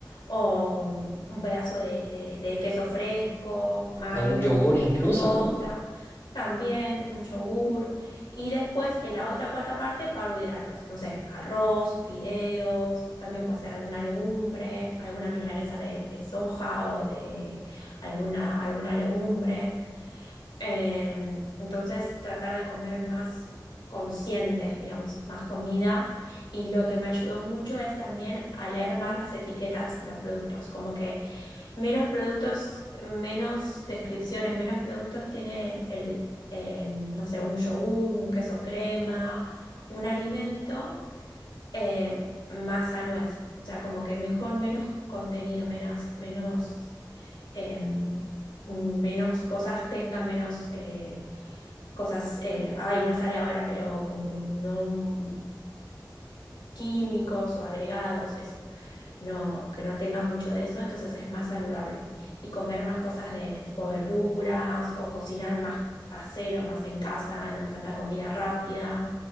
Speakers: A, on the left; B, on the left.
A: o un pedazo de, de- de queso fresco, magro,
B: un yogur incluso,
A: ricota,
B: ¿no?
A: también un yogur. Y después, en la otra cuarta parte, carbohidratos. No sé, arroz, fideos, también puede ser alguna legumbre, alguna milanesa de, de soja o de alguna, alguna legumbre. Eh, entonces, tratar de comer más consciente, digamos, más comida. Y lo que me ayudó mucho es también a leer más las etiquetas de los productos. Como que Menos productos, menos descripciones, menos productos tiene el, eh, no sé, un yogur, un queso crema, un alimento, eh, más sano es. O sea, como que mejor menos contenido, menos, menos, em, menos cosas tenga, menos eh, cosas, eh, ay, no me sale ahora, pero como no químicos o agregados, eso no, que no tengan mucho de eso, entonces es más saludable. Y comer más cosas de tipo verduras o cocinar más casero, más en casa, no tanta comida rápida,